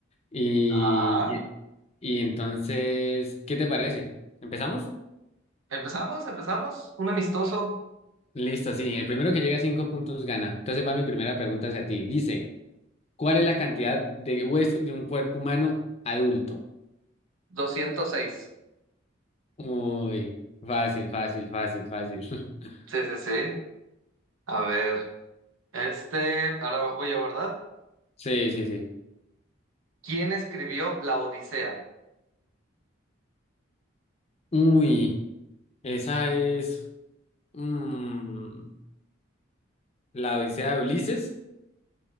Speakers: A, on the left (about 30°); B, on the right (about 85°).
A: Y,
B: Ah,
A: y y entonces, ¿qué te parece? ¿Empezamos?
B: empezamos, empezamos. Un amistoso,
A: Listo, sí, el primero que llegue a cinco puntos gana. Entonces va mi primera pregunta hacia ti. Dice, ¿cuál es la cantidad de huesos de un cuerpo humano adulto?
B: doscientos seis
A: Uy, fácil, fácil, fácil, fácil. <laughs>
B: Sí, sí, sí. A ver, este, ahora voy yo, ¿verdad?
A: Sí, sí, sí.
B: ¿Quién escribió La Odisea?
A: Uy, esa es mm, la Odisea de Ulises.